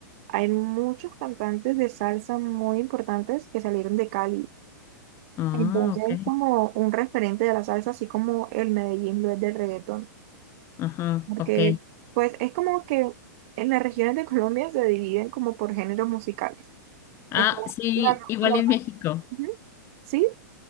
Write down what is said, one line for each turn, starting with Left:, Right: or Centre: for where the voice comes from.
Right: hay muchos cantantes de salsa muy importantes que salieron de Cali.
Left: Ah,
Right: Entonces
Left: ok.
Right: es como un referente de la salsa, así como el Medellín lo es del reggaetón,
Left: Ajá,
Right: porque
Left: ok.
Right: pues es como que en las regiones de Colombia se dividen como por géneros musicales.
Left: Ah,
Right: Está
Left: sí,
Right: la-
Left: igual
Right: la-
Left: en México.
Right: Ujú. Sí,